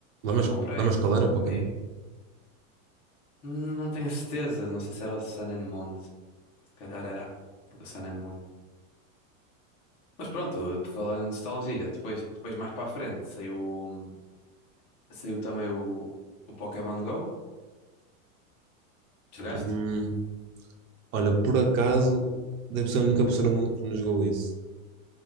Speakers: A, on the right; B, on the left.
A: Lembras,
B: Quando comprei.
A: lembras qual era o Pokémon?
B: veio Não tenho certeza, não sei se era o Sun and Moon, se calhar era o Sun and Moon. Mas pronto, por falar em nostalgia, depois, depois mais para a frente saiu, saiu também o, o Pokémon Go. Jogaste?
A: Hum, olha, por acaso, deve ser a única pessoa no mundo que nos jogou isso.